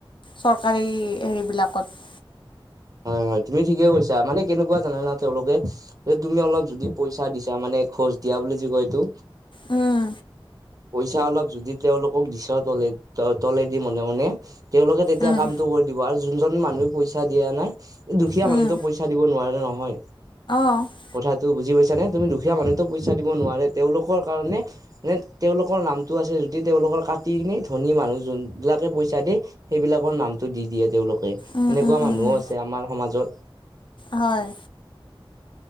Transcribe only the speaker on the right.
হয় হয় তুমি ঠিকে কৈছা মানে কেনেকুৱা জানানা তেওঁলোকে তুমি অলপ যদি পইচা দিছা মানে খোচ দিয়া বুলি যে কয় এইটো
পইছা অলপ যদি তেওঁলোকক দিছ তলেদ তলেদি মনে মনে তেওঁলোকে তেতিয়া
কামটো কৰি দিব আৰু যোনজন মানুহে পইচা দিয়া নাই দুখীয়া
মানুহো পইচা দিব নোৱাৰে নহয়।
কথাটো বুজি পাইছা নে তুমি দুখীয়া মানুহটোক পইচা দিব নোৱাৰে তেওঁলোকৰ কাৰণে নে তেওঁলোকৰ নামটো আছে যদি তেওঁলোকৰ কাটি কিনে ধনী মানুহ যোনবিলাকে পইচা দে সেইবিলাকৰ নামটো দি দিয়ে তেওঁলোকে
এনেকুৱা
মানুহো
আছে আমাৰ সমাজত।